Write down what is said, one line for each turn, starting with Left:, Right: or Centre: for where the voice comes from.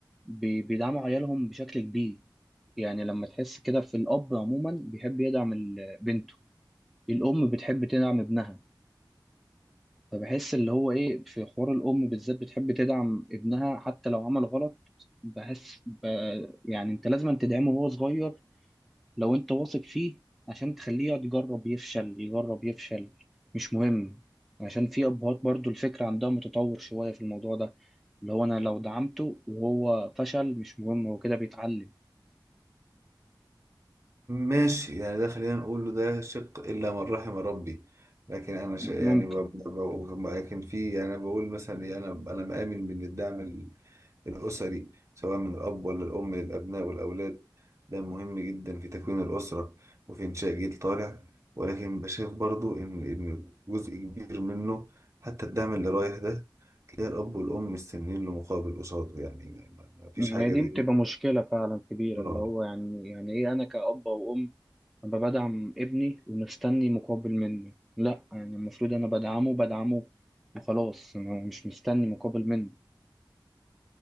Centre: بي- بيدعموا عيالهم بشكل كبير يعني لما تحس كده في الأب عموما بيحب يدعم ال- بنته الأم بتحب تدعم ابنها فبحس اللي هو إيه في حوار الأم بالذات بتحب تدعم ابنها حتى لو عمل غلط بحس ب... يعني أنت لازم تدعمه وهو صغير لو أنت واثق فيه عشان تخليه يقعد يجرب يفشل يجرب يفشل مش مهم عشان في أبهات برضو الفكرة عندها متطور شوية في الموضوع ده اللي هو أنا لو دعمته وهو فشل مش مهم هو كده بيتعلم
Right: ماشي يعني ده خلينا نقول له ده شق الا من رحم ربي لكن انا ش...
Centre: ممكن
Right: يعني ب... ب... ب... لكن في يعني أنا بقول مثلا إيه، انا انا مآمن من الدعم الأسري سواء من الأب ولا الأم للأبناء والأولاد ده مهم جدا في تكوين الأسرة وفي إنشاء جيل طالع ولكن بشايف برضو إن إن جزء كبير منه حتى الدعم اللي رايح ده تلاقي الأب والأم مستنيين له مقابل قصاده يعني ما ما فيش
Centre: هي
Right: حاجة
Centre: دي
Right: زي
Centre: بتبقى
Right: دي
Centre: مشكلة فعلا كبيرة
Right: آه.
Centre: اللي هو يعني يعني إيه أنا كأب أو أم أبقى بدعم ابني ومستني مقابل مني لأ يعني المفروض أنا بدعمه بدعمه وخلاص أنا مش مستني مقابل منه